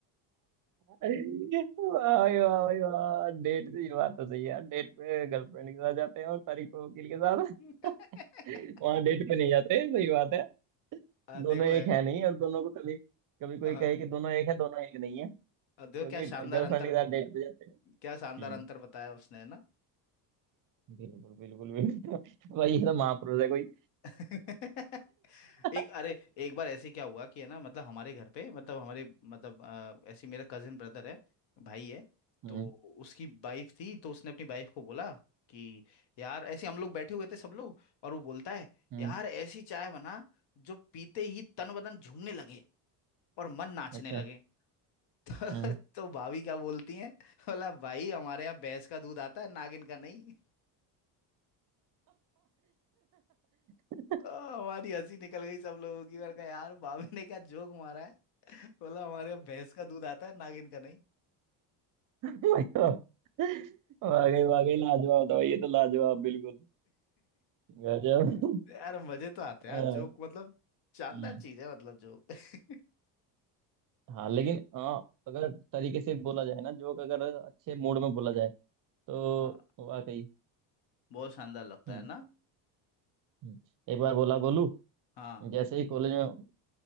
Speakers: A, on the right; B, on the left.
A: वाह भाई वाह भाई वाह डेट से ये बात तो सही है यार डेट पे गर्लफ्रेंड के साथ जाते हैं और तारीख को वकील के साथ
B: <laughs>
A: <laughs> वहां डेट पे नहीं जाते सही बात है
B: आ, देखो
A: दोनों एक
B: है
A: है नहीं और दोनों को कभी कभी कोई
B: हाँ
A: कहे कि दोनों एक है दोनों एक नहीं है क्योंकि
B: आ, देखो क्या शानदार
A: गर्लफ्रेंड
B: अंतर
A: के साथ डेट पे जाते हैं
B: क्या शानदार
A: हम्म
B: अंतर बताया उसने है ना
A: बिल्कुल बिल्कुल बिल्कुल <laughs> भाई ये तो महापुरुष है कोई
B: <laughs> एक
A: <laughs>
B: अरे एक बार ऐसे क्या हुआ कि है ना मतलब हमारे घर पे मतलब हमारे मतलब अ, ऐसे मेरा कजिन ब्रदर है भाई है
A: हम्म
B: तो
A: हम्म
B: उसकी वाइफ थी तो उसने अपनी वाइफ को बोला कि यार ऐसे हम लोग बैठे हुए थे सब लोग और वो बोलता है
A: हम्म,
B: यार ऐसी चाय बना जो पीते ही तन बदन झूमने लगे और मन नाचने
A: अच्छा
B: लगे <laughs> तो,
A: हम्म
B: तो भाभी क्या बोलती है बोला भाई हमारे यहाँ भैंस का दूध आता है नागिन का नहीं।
A: <laughs>
B: आ, हमारी हंसी निकल गई सब लोगों की मैंने कहा यार भाभी ने क्या जोक मारा है <laughs> बोला हमारे यहाँ भैंस का दूध आता है नागिन का नहीं
A: मतलब वाकई वाकई लाजवाब था भाई, ये तो लाजवाब बिल्कुल गजब
B: <laughs> यार मजे तो आते हैं
A: हाँ
B: यार जोक मतलब
A: हम्म,
B: शानदार चीज है मतलब जोक <laughs>
A: हाँ, लेकिन हाँ, अगर तरीके से बोला जाए ना जोक अगर अच्छे मूड में बोला जाए तो
B: हाँ
A: वाकई
B: बहुत शानदार लगता
A: हम्म
B: है ना
A: हम्म। एक बार बोला गोलू
B: हाँ
A: जैसे ही कॉलेज में